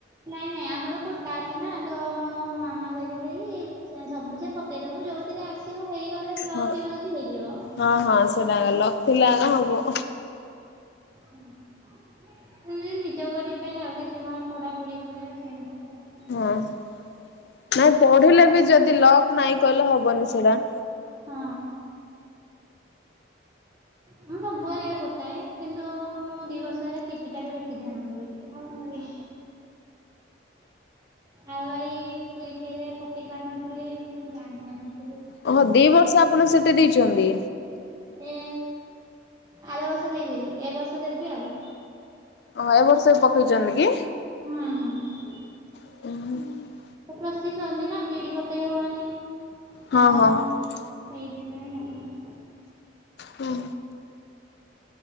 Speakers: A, on the right (about 20°); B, on the left (about 60°).
A: ନାଇଁ ନାଇଁ ଆମର କୋଟା କେ ନା ତ ମୋ ମାମା କହିଥିଲେ କି ଯେ ସବୁଥି ପ ପକେଇ ଦବୁ ଯୋଉଥିରେ ଆସିବ ହେଇଗଲେ ଲକ୍
B: ହଁ
A: ଥିବ ଯଦି ହେଇଯିବ।
B: ହଁ ହଁ ସେଟା ଲକ୍ ଥିଲା ନା ହବ।
A: ହୁଁ। ହୁଁ ନିଜ ଉପରେ ଡିପେଣ୍ଡ ଆଉ କେତେ କଣ ପଢାପଢି କରିବ ସେଇ ଅନୁସାରେ ଆ
B: ହଁ ନାଇଁ ପଢିଲେ
A: ଆଜି
B: ବି ଯଦି ଲକ୍ ନାଇଁ କଲେ ହବନି ସେଇଡ଼ା।
A: ହଁ। ମୁଁ ସବୁ ବେଳେ ପକାଏ କିନ୍ତୁ ମୁଁ ଦି ବର୍ଷ ହେଲା ସିଟିଟାରେ ବେଶୀ ଧ୍ୟାନ ଦଉଛି। ଆଉ ଭାଇ ଆଉ ଭାଇ ପୁଲିସରେ ପକେଇ ପାରନଥିଲି ଜାଣି ପାରୁନଥିଲି।
B: ହଁ ଦି ବର୍ଷ ଆପଣ ସେଠି ଦେଇଛନ୍ତି?
A: ଏ ଆର ବର୍ଷ ଦେଇଥିଲି ଏ ବର୍ଷ ଦେବି ଆଉ।
B: ଓଁ ଏବ ବର୍ଷ ବି ପକେଇଛନ୍ତି କି?
A: ହଁ ହଁ।
B: ଉଁ।
A: ପ୍ଲସ୍ ଥ୍ରି ସରିନା ବି ଡି ପକେଇ ହବନି।
B: ହଁ
A: ଆଁ
B: ହଁ ହଁ
A: ସେଇଥିପାଇଁ ଆଉ
B: ହୁଁ।